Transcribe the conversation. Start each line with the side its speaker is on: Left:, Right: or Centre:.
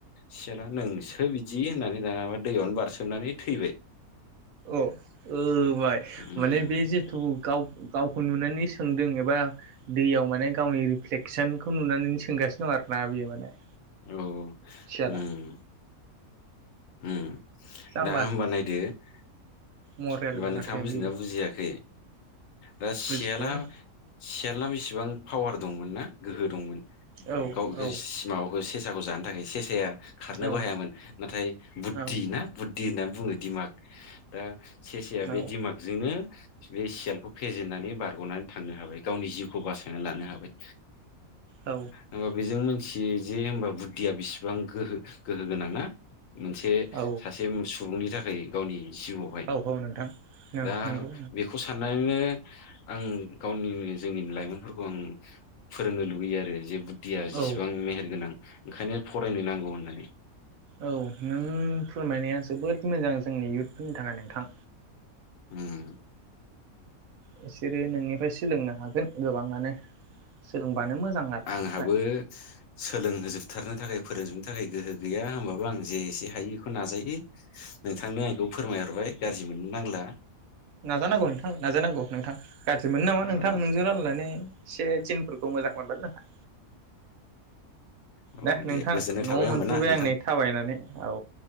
Left: सियाला नोंसो बिदि होननानै दाबा दैयावनो बारसोमनानै थैबाय
Right: अ ओ बाय
Left: उम
Right: माने बे जिथु गाव गावखौ नुनानै सोंदों एबा दैयाव माने गावनि रिफ्लेकसनखौ नुनानै सोंगासिनो दं आरो ना बेयो माने
Left: औ
Right: सियाला
Left: उम उम
Right: जाम्बा
Left: दा होनोमबा नायदो होमबा
Right: मरेल माथो
Left: नोंथाङा बुजिनाया
Right: बेयो
Left: बुजियाखै दा सियाला
Right: बुजिबाय आं
Left: सियालआ बेसेबां पावार दंमोन ना गोहो दंमोन
Right: औ
Left: गाव गोस
Right: औ
Left: माबाखौ से साखौ जानो थाखाय सेसाया खारनोबो
Right: औ
Left: हायामोन नाथाय बुद्धि
Right: औ
Left: ना दि होननानै बुङो दिमाग ओ ससेया
Right: औ
Left: बे दिमागजोंनो बे सियालखौ फेजेननानै बारग'नानै थांनो हाबाय गावनि जिउखौ खौ बासायना लानो हाबाय
Right: औ
Left: हबा बेजों मिथियो जे होमबा बुद्धिया बिसिबां गोहो गोहो गोनां ना मोनसे
Right: औ
Left: उम सुबुंनि थाखाय गावनि जिउआवहाय
Right: औ औ नोंथां नों
Left: दा
Right: नंगौ
Left: बेखौ सान नो आं गावनि जोंनि लाइमोनफोरखौ आं फोरोंनो लुबैयो आरो जे थिया जेसेबां
Right: औ
Left: मेहेरगोनां ओंखायनो फरायनो नांगौ होननानै
Right: औ नों फोरमायनाया जोबोद मोजां जोंनि इुथफोरनि थाखाय नोंथां
Left: उम
Right: बिसोरो नोंनिफ्राय सोलोंनो हागोन गोबाङानो सोलोंबानो मोजां आरो
Left: आंहाबो
Right: ओमफ्राय
Left: सोलोंहोजोबथारनो थाखाय फोरों थाखाय गोहो गैया होमबाबो आं जे एसे हायो बेखौ नाजायो नोंथांनो आंखौ फोरमायहरबाय गाज्रि मोननो नांला
Right: नाजानांगौ नोंथां नाजानांगौ नोंथां गाज्रि मोनो नामा
Left: औ
Right: नोंथां नोंजों रायलायनानै एसे जिनफोरखौ मोजां मोनबायलैनोंथां
Left: औ
Right: दे नोंथां
Left: गोजोननाय थाबाय
Right: नआव
Left: होमबा
Right: मोनफैबाय
Left: ना नोंथां
Right: आं नै थाबायनानै औ